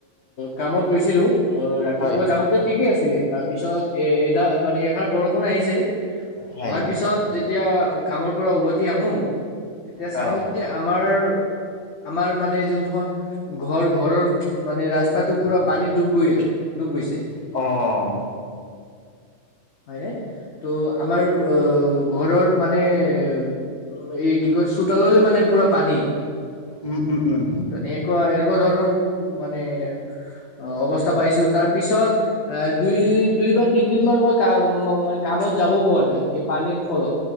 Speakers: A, on the left; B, on the left.
A: কামত গৈছিলোঁ। অ', ৰাতিপুৱা
B: হয়
A: যাওঁতে ঠিকেই আছিলে তাত পিছত এ এডাৰ মানে এষাৰ বৰষুণ আহিছে
B: হয়
A: অহাৰ পিছত যে যেতিয়া কামৰ পৰা উভতি আহোঁ তেতিয়া
B: হয়
A: চাওঁ
B: হয়
A: যে আমাৰ আমাৰ মানে যোনখন ঘৰ ঘৰৰ মানে ৰাচ তাতো পুৰা পানীত ডুব গৈ, ডুব গৈছে।
B: অ'।
A: হয়নে, ত' আমাৰ অ', ঘৰৰ মানে উম, এই কি কয় চোতাললে মানে পুৰা পানী।
B: উম, উম, উম।
A: ত এনেকুৱা এনেকুৱা ধৰণৰ মানে অ', অৱস্থা পাইছোঁ তাৰ পিছত এ দুই দুই বা তিনদিন মান মই কাম-ম-ম-কামত যাব পৰা নাই এই পানীৰ ফলত,